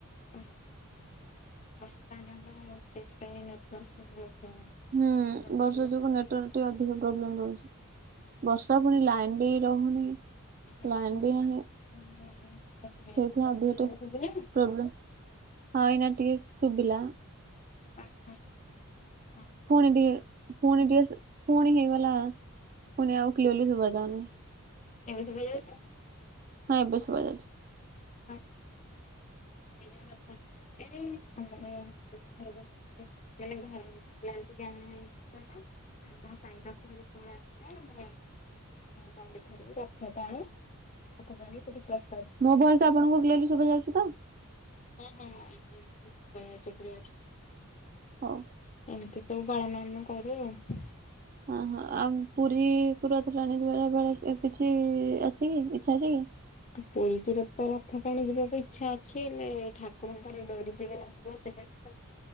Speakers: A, on the left; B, on the right.
A: <unintelligible>
B: ହୁଁ
A: ହଉଛି।
B: ବର୍ଷା ଯୋଗୁ ନେଟୱାର୍କ ଟା ଅଧିକ ପ୍ରୋବ୍ଲେମ ରହୁଛି। ବର୍ଷା ପୁଣି ଲାଇନ ବି ରହୁନି।
A: <unintelligible>
B: ଲାଇନ ବି ନାହିଁ ସେଇଥିପାଇଁ ଅଧିକ ଟିକେ
A: ଏବେ ଶୁଭିଲା ।
B: ପ୍ରୋବ୍ଲେମ। ହଁ ଏଇନା ଟିକେ ଶୁଭିଲା।
A: <inaudible>
B: ଫୋଣି ଟିକେ ଫୋଣି ଟିକେ ଫୋଣି ହେଇଗଲା। ଲା ପୁଣି ଆଉ କ୍ଲିଆର୍ଲି ଶୁବା ଯାଉନି।
A: ଏବେ ଶୁବାଯାଉଛି।
B: ହଁ ଏବେ ଶୁଭାଯାଉଛି।
A: ହ। <unintelligible> <unintelligible> <unintelligible> ଏଇଠାରେ ବି ରଥ ଟାଣେ। ରଥ ଟାଣିକି ସେଠି ପ୍ର
B: ମୋ ଭଏସ ଆପଣଙ୍କୁ କ୍ଲିଅର୍ଲି ଶୁଭା ଯାଉଛି ତ?
A: ହଁ ହଁ ହୁଁ ହୁଁ। ଶୁଭା ଯାଉଛି କ୍ଳିଅର୍।
B: ହଉ
A: ଏମତି ସବୁ ପାଳନ ଆମେ କରୁ ଆଉ।
B: ଓହୋ। ଆଉ ପୁରୀକୁ ରଥଟାଣି ଯିବାର ବେଳ କିଛି ଅଛି କି ଇଚ୍ଛା ଅଛି କି?
A: ପୁରୀ ତ ରଥର ରଥ ଟାଣି ଯିବାକୁ ଇଚ୍ଛା ଅଛି ।ହେଲେ ଠାକୁରଙ୍କର ଡୋରି ଯେବେ ଲାଗିବ ସେବ ସେବେ ଯିବା।